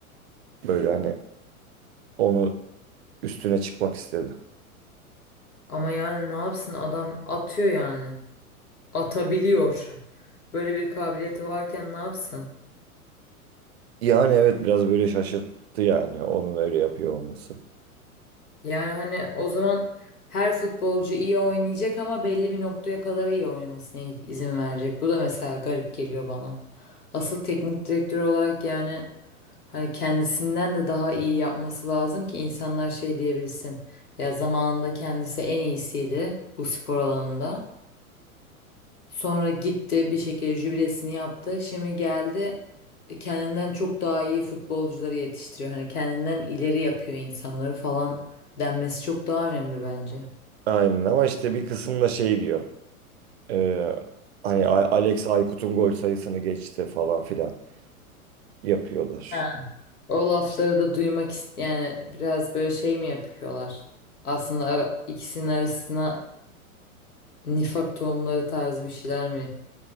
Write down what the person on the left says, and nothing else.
Ama yani ne yapsın adam atıyor yani. atabiliyor. Böyle bir kabiliyeti varken ne yapsın?
Yani hani o zaman her futbolcu iyi oynayacak ama belli bir noktaya kadar iyi oynamasına izin verecek. Bu da mesela garip geliyor bana. Asıl teknik direktör olarak yani hani kendisinden de daha iyi yapması lazım ki insanlar şey diyebilsin. Ya zamanında kendisi en iyisiydi bu spor alanında. Sonra gitti bir şekilde jübilesini yaptı. Şimdi geldi e, kendinden çok daha iyi futbolcuları yetiştiriyor. Hani kendinden ileri yapıyor insanları falan denmesi çok daha önemli bence.
Ha. O lafları da duymak ist yani biraz böyle şey mi yapıyorlar? Aslında ara- ikisinin arasına nifak tohumları tarzı bir şeyler mi?